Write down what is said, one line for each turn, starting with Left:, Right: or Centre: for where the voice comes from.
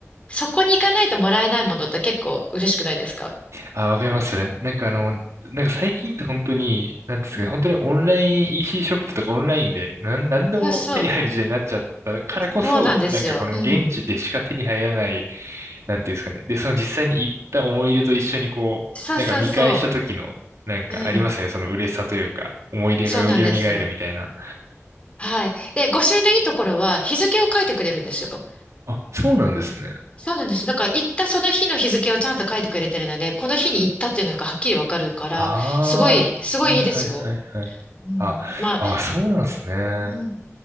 Left: そこに行かないともらえないものって結構嬉しくないですか
Right: あ、わかります、それ。なんかあの、なんか最近って本当に、なんですかね、
Left: うん
Right: 本当にオンライン EC シーショップとかオンラインで、なん、なんでも手に入る時代になっちゃったからこそ、
Left: そうそう。そうなんですよ。
Right: なんかこの現地でしか手に入らない
Left: うん。
Right: なんていうんですかね。で、その実際に行った思い出と一緒にこう、
Left: そうそうそ
Right: なんか見返した時の、なんかありますよね。
Left: う。うん。
Right: その嬉しさというか、思い出がよ蘇るみたいな。
Left: そうなんですよ。はい。で、御朱印のいいところは、日付を書いてくれるんですよ。
Right: あ、そうなんですね。
Left: そうなんです。だから、行ったその日の日付をちゃんと書いてくれてるので、この日に行ったっていうのがはっきりわかるから、
Right: ああ、
Left: すごい、すごいいいですよ。
Right: はいはいはいはい。
Left: うん。
Right: あ、
Left: まあ、
Right: あ、そうなんですね。う
Left: うん。